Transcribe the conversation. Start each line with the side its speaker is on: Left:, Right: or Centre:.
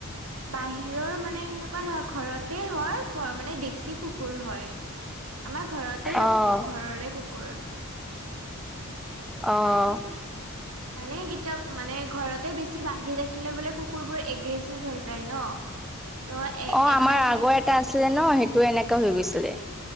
Right: বাহিৰৰ মানে সেনেকুৱা নহয়, ঘৰতে হয়, ঘৰ মানে ডেচী কুকুৰ হয়। আমাৰ ঘৰতেই ৰাখো,
Centre: অ'।
Right: ঘৰৰে কুকুৰ।
Centre: অ'।
Right: মানে কিতা মানে ঘৰতে বেছি বান্ধি ৰাখিলে বোলে কুকুৰবোৰ এগ্ৰেচিভ হৈ যায় ন। ত এ
Centre: অ'
Right: এটাই
Centre: আমাৰ আগৰ
Right: মে
Centre: এটা আছিলে ন, সেইটো এনেকা হৈ গৈছিলে।